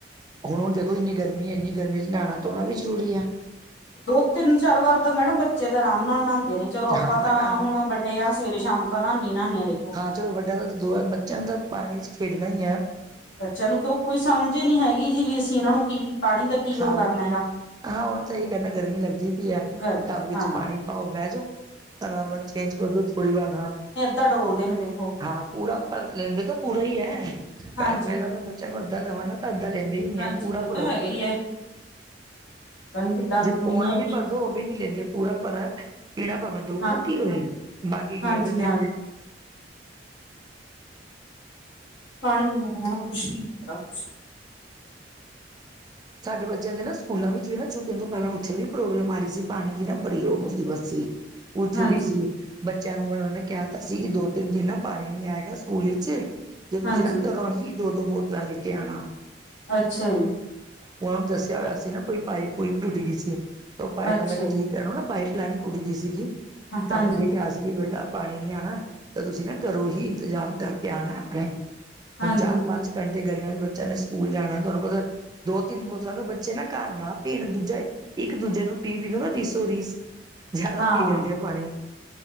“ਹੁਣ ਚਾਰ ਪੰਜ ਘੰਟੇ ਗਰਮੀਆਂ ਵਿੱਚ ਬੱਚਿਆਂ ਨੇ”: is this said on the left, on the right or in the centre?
Right